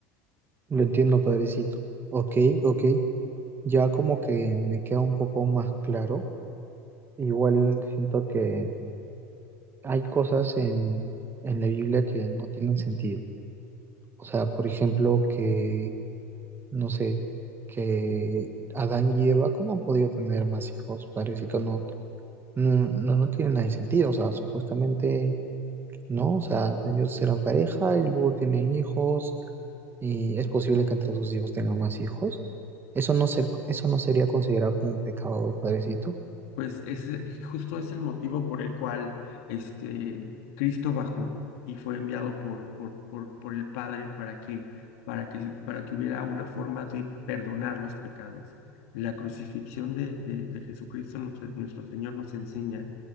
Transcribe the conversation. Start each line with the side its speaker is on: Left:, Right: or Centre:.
Right: Lo entiendo, Padrecito. Ok, ok. Ya como que me queda un poco más claro. Igual siento que hay cosas en, en la Biblia que no tienen sentido. O sea, por ejemplo, que, no sé, que Adán y Eva, ¿cómo han podido tener más hijos? Padrecito, no, No, no, no tiene nada de sentido, o sea, supuestamente no, o sea, ellos serán pareja y luego tienen hijos y es posible que entre sus hijos tengan más hijos. Eso no se, eso no sería considerado como un pecado, padrecito.
Left: Pues es justo es el motivo por el cual este Cristo bajó y fue enviado por, por, por, por el Padre para que, para que, para que hubiera una forma de perdonar los pecados. La crucifixión de, de, de Jesucristo, nos- nuestro Señor, nos enseña